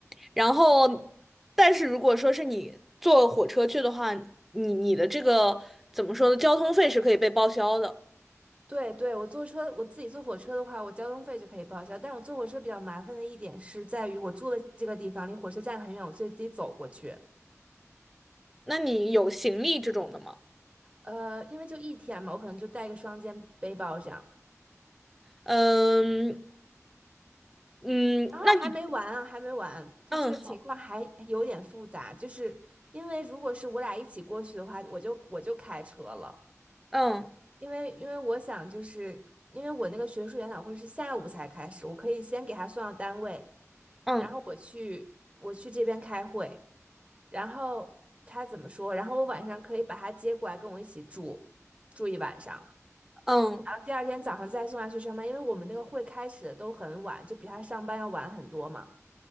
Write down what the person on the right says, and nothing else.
对对，我坐车，我自己坐火车的话，我交通费就可以报销。但我坐火车比较麻烦的一点是在于，我住的这个地方离火车站很远，我所以自己走过去。
呃，因为就一天嘛，我可能就带个双肩背包这样。
然后还没完啊，
还没完，就这个情况还有点复杂，
就是因为如果是我俩一起过去的话，我就我就开车了，
因为因为我想就是因为我那个学术研讨会是下午才开始，我可以先给他送到单位，
然后我去我去这边开会，然后他怎么说，然后我晚上可以把他接过来跟我一起住住一晚上，
然后第二天早上再送他去上班，因为我们那个会开始的都很晚，就比他上班要晚很多嘛。